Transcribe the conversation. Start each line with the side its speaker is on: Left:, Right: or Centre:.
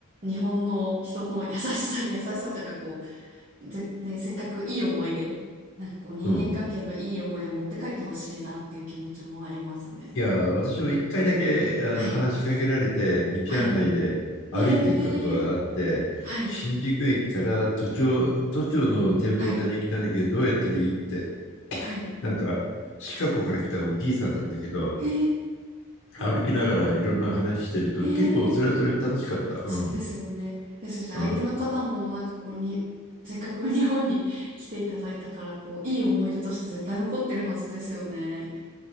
Right: 日本の人の優しさ、優しさとかこう、ぜ、ね、せっかくいい思い出、なんかこう、人間関係のいい思い出持って帰ってほしいなっていう気持ちもありますね。
Left: うんいや、私も一回だけあの話しかけられて、
Right: はい、
Left: 道案内で歩いて行ったことがあって、
Right: はい、へえ、はい、
Left: 新宿駅から都庁、都庁の展望台に来たんだけど、
Right: はい、
Left: どうやったらいいって、
Right: はい、
Left: なんか、シカゴから来たおじいさんだったけど、
Right: へ
Left: 歩きながらいろんな話してると、
Right: え、へえ。
Left: 結構それはそれで楽しかった。
Right: そうですよね。
Left: うん。
Right: ですし、
Left: うん
Right: 相手の方もなんかこうに、<laughs> せっかく日本に来ていただいたから、こう、いい思い出として絶対残ってるはずですよね。